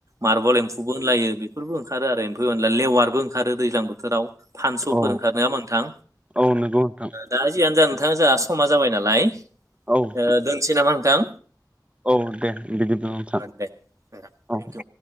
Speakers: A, on the right; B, on the right.
A: मार्बल एम्फुबो होनलायो बेफोरबो ओंखारो आरो एम्फौ लेवारबो ओंखारो दैज्लां बोथोराव फानस'फोर
B: औ
A: ओंखारो नोङा होमबा नोंथां?
B: औ नंगौ नोंथां
A: दा जियानो जा नोंथां जाहा समा जाबाय नालाय
B: औ
A: ओ दोनसै नामा नोंथां?
B: औ दे बिदिब्ला नोंथां
A: दे
B: औ
A: थेंकिउ